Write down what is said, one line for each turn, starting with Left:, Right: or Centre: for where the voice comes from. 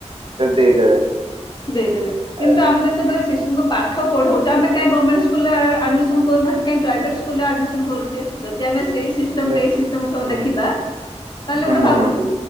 Right: ଦେଇଦେବେ।
Left: ଦେଇଦେବେ କିନ୍ତୁ
Right: ଏ,
Left: ଆମେ ଯେତେବେଳେ ଶି ଶୁଙ୍କୁ ପାଠ ପଢଉଛେ ଆମ କାଇଁ ଗଭର୍ଣ୍ଣେଣ୍ଟ ସ୍କୁଲ ରେ ଆ ଆଡମିସନ କରୁନାହାନ୍ତି କାହିଁ ପ୍ରାଇଭେଟ ସ୍କୁଲ ରେ ଆଡମିସନ କରୁଚେ? ଯଦି ଆମେ ସେଇ ସିଷ୍ଟମକୁ
Right: ନି-
Left: ଏଇ ସିଷ୍ଟମ ସହ
Right: ହୁଁ
Left: ଦେଖିବା। ତାହେଲେ
Right: ହୁଁ
Left: ଗୋଟେ
Right: ହୁଁ
Left: ଭାବନ୍ତୁ